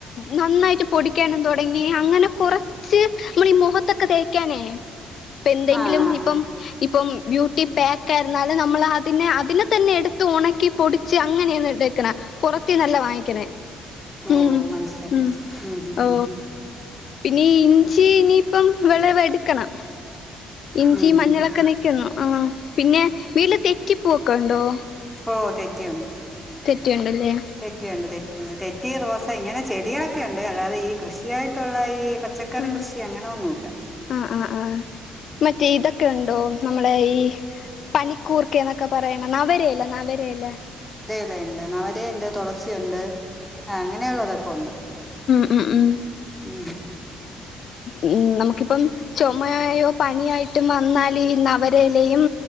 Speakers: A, on the left; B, in the centre.
A: നന്നായിട്ട് പൊടിക്കണം തോ തുടങ്ങി അങ്ങനെ കുറച്ച് നമ്മുടെ ഈ മുഖത്തൊക്കെ തേക്കാനേ ഇപ്പൊ എന്തെങ്കിലും
B: ആ ആ
A: ഇപ്പം പക്ക് ആയിരുന്നാല് നമ്മള <unintelligible> പിന്നെ അതിനെ തന്നെ എടുത്ത് ഉണക്കി പൊടിച്ച് അങ്ങനെയൊന്ന് പുറത്തി നല്ല വാങ്ങിക്കണേ
B: ഓ
A: ഉ
B: മനസ്സിലായി
A: ഉ
B: മനസ്സിലായി ഉം, ഉം,
A: ഓ
B: ഉം, ഉം.
A: പിന്നെ ഇഞ്ചി ഇനിയിപ്പം വിളവ് എടുക്കണം ഇഞ്ചി
B: ഉം,
A: മഞ്ഞളൊക്കെ
B: ഉം, ഉം.
A: നിക്കുന്നു ആ പിന്നെ വീട്ടില് തെറ്റിപ്പുവോക്കെ ഉണ്ടോ
B: ഓ തെറ്റിയുണ്ട്
A: തെറ്റിയുണ്ടല്ലേ
B: തെറ്റിയുണ്ട് തെറ്റിയുണ്ട് തെറ്റി ഇങ്ങനെ ചെടികളൊക്കെ ഉണ്ട് അല്ലാതെ ഈ കൃഷിയായിട്ടുള്ള പച്ചക്കറി
A: ആ
B: കൃഷി അങ്ങനെ ഒന്നുമല്ല
A: ആ ആ ആ മറ്റേ ഇതൊക്കെ ഉണ്ടോ നമ്മടെ ഈ പനിക്കൂർക്ക എന്നൊക്കെ പറയണെ നവരയില്ലേ നവരയില
B: ണ്ട് നവരെയുണ്ട് തുളസിയുണ്ട് ആ അങ്ങനെയുള്ളതൊക്കെ ഉണ്ട്
A: ഉം ഉം
B: ഉം
A: ഉം നമുക്കിപ്പം ചുമയായോ പനിയായിട്ടും വന്നാല് നവരലയും